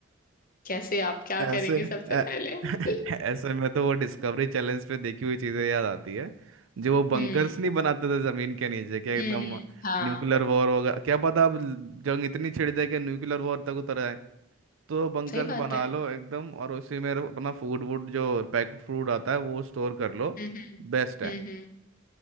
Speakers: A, on the left (about 40°); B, on the right (about 70°).
A: कैसे आप क्या
B: ऐसे
A: करेंगे सबसे
B: ऐ-
A: पहले
B: <laughs>
A: <laughs>
B: ऐसे में तो वो डिस्कवरी चैलेंज पे देखी हुई चीजें याद आती है जो वो बंकर्स
A: हम्म
B: नहीं बनाते थे जमीन के नीचे क्या एकदम
A: हम्म हाँ
B: न्यूक्लियर वॉर वगैरह क्या पता अब जंग इतनी छिड़ जाए कि न्यूक्लियर वॉर तक उतर आए तो बंकर्स
A: सही बात
B: बना
A: है
B: लो एकदम और उसी में अपना फूड वूड जो पैक्ड फूड आता है वो स्टोर कर लो
A: हम्म हम्म
B: बेस्ट है
A: हम्म हम्म,